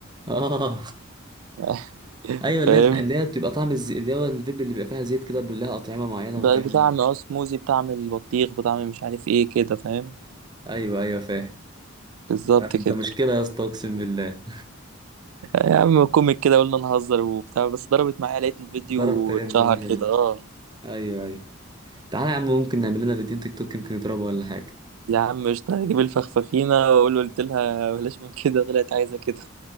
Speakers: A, on the right (about 20°); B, on the right (about 85°).
A: اه
B: <laughs>
A: <laughs> ايوه اللي
B: فاهم
A: هي اللي هي بتبقى طعم الزي... اللي هو الفيب اللي بيبقى فيها زيت كده بيبقى لها اطعمه معينه والكلام
B: ده بطعم
A: ده
B: اه سموزي بطعم البطيخ بطعم مش عارف ايه كده فاهم
A: ايوه ايوه فاهم
B: بالظبط
A: آه، انت
B: كده
A: مشكله يا اسطى اقسم بالله
B: يا عم كوميك كده قلنا نهزر وبتاع بس ضربت معايا لقيت الفيديو
A: ضرب ترند
B: اتشهر
A: مره
B: كده اه
A: ايوه ايوه تعالى يا عم ممكن نعمل لنا فيديو تيك توك يمكن يضربه ولا حاجه
B: يا عم قشطة هجيب الفخفخينة واقول له قلت لها بلاش من كده طلعت عايزة كده